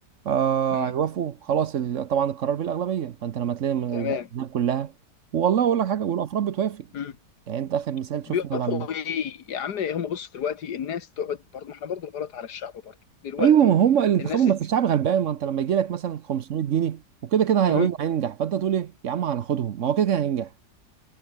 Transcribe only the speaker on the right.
آه
هيوافقوا خلاص ال... طبعا القرار بالاغلبيه فانت لما تلاقي من
الاحزاب كلها والله اقول لك حاجه والافراد بتوافق
يعني انت اخر مثال
شفنا لما
ايوه ما هم اللي انتخبهم
بس الشعب غلبان ما انت لما يجي لك مثلا 500 جنيه وكده كده هي-
هينجح فانت تقول ايه يا عم هناخدهم ما هو كده كده هينجح